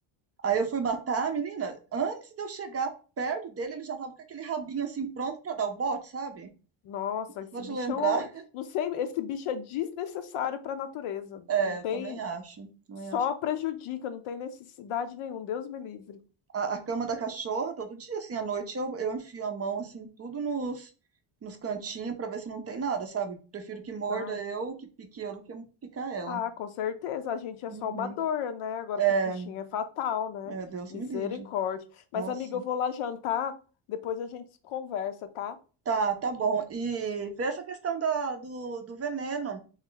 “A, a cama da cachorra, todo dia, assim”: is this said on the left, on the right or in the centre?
Right